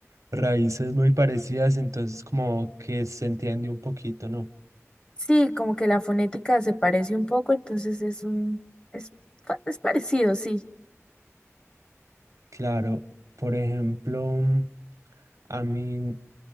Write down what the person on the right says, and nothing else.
raíces muy parecidas, entonces como que se entiende un poquito, ¿no?
Claro, por ejemplo, mm, a mí